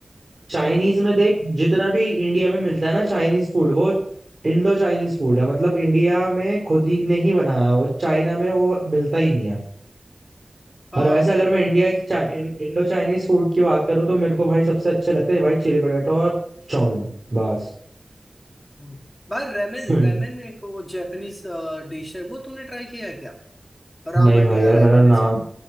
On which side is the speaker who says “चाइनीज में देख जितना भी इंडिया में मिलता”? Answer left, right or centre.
Right